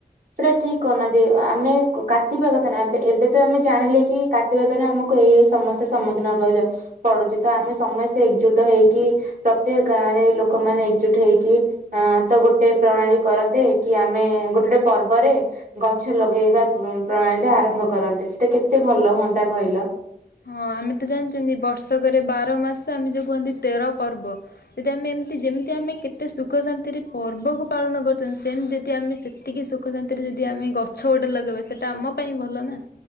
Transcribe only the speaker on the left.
ହଁ ଆମେ ତ ଜାଣିଚନ୍ତି ବର୍ଷକରେ ବାର ମାସ ଆମେ ଯୋଉ କୁହନ୍ତି ତେର ପର୍ବ। ଯଦି ଆମେ ଏମ୍ତି ଯେମ୍ତି ଆମେ କେତେ ସୁଖ ଶାନ୍ତିରେ ପର୍ବକୁ ପାଳନ କରୁଛନ୍ତି ସେମ୍ତି ଯଦି ଆମେ ସେ ସେତିକି ସୁଖ ଶାନ୍ତିରେ ଯଦି ଆମେ ଗଛ ଗୋଟେ ଲଗେଇବା ସେଇଟା ଆମ ପାଇଁ ଭଲ ନା।